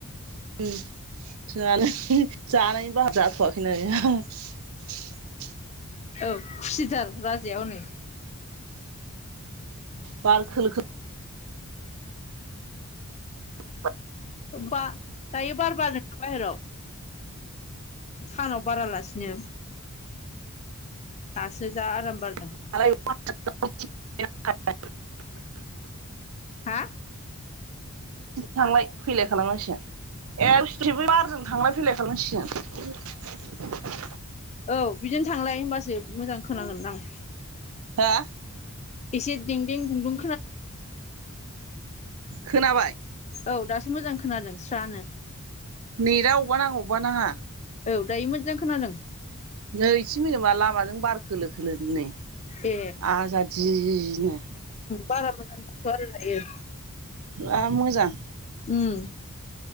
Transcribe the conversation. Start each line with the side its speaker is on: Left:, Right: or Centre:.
Right: <unintelligible> दिनै
Left: औ खुसिथार राजाया हनै।
Right: बार खोलो <inaudible>
Left: होमबा दायो बार बारदो बाहेराव सानाव बारालासिनो दासो जा आरामबार
Right: <inaudible>
Left: हा
Right: थांलाय फैलाय खालामगासिगोन ए बिबो बारजों थांलाय फैलाय खालामसिगोन।
Left: औ बिदिनो थांलाय होनबासो मोजां खोनांगोन दां।
Right: हा
Left: एसे दें दें दुं दुं
Right: खोनाबाय
Left: औ दासो मोजां खोनादों स्रानो।
Right: नेटा वबावबा नाङो वबावबा नाङा
Left: औ दायो मोजां खोनादों।
Right: नै इसे मोजांबा लामाजों बार खोलो खोलो नै
Left: ए
Right: आजादिनो
Left: बारा मोजां नङाथ' आरो दायो
Right: मा मोजां
Left: उम